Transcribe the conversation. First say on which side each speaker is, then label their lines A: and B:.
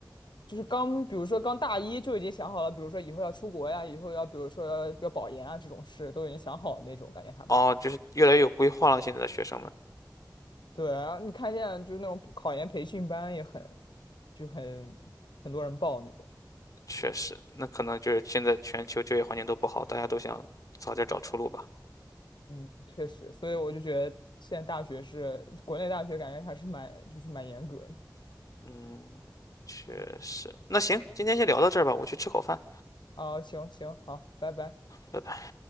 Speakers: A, on the left; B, on the left.
A: 就是刚比如说刚大一就已经想好了，比如说以后要出国呀，以后要比如说要要保研啊这种事都已经想好了那种，感觉他们。
B: 哦，就是越来越有规划了。现在的学生们
A: 对啊，你看现在就是那种考研培训班也很就很很多人报那种。
B: 确实，那可能就是现在全球就业环境都不好，大家都想早点找出路吧。
A: 嗯，确实，所以我就觉得现在大学是国内大学，感觉还是蛮就是蛮严格的。
B: 嗯，确实。那行，今天先聊到这儿吧，我去吃口饭，
A: 哦，行行，好，拜拜。
B: 拜拜。